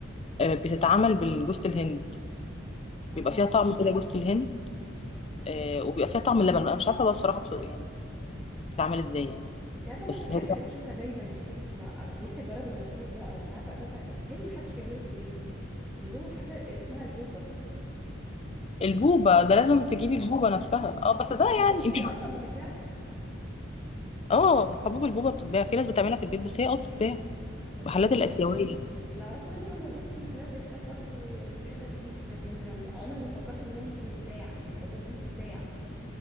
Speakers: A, on the left; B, in the centre.
A: آه، بتتعمل بالجوز الهند
B: اه
A: بيبقى فيها طعم كده جوز الهند آه، وبيبقى فيها طعم اللبن بقى مش عارفه بقى بصراحه بص- يعني بتتعمل ازاي يعني
B: انت عارفه
A: بس
B: برضو الحاجه
A: هي
B: اللي بشوفها دايما ما نفسي اجرب المشروب ده او مش عارفه اساسا بيتهيألي ما حدش بيعمله في البيت اللي هو حاجه اسمها البوبه
A: البوبه ده لازم
B: اه
A: تجيبي البوبه نفسها اه بس
B: دي,
A: ده
B: دي الحبوب
A: يعني انت
B: دي اصلا بتتباع
A: اه حبوب البوبه بتتباع في ناس بتعملها في البيت بس هي اه بتتباع
B: بس
A: محلات
B: اول
A: الاسيويه
B: ما اللي اعرفه دايما هو موجود في محلات زي ستاربكس و- والحتت دي لكن عمري ما فكرت ان هو ممكن يتباع الحبوب دي تتباع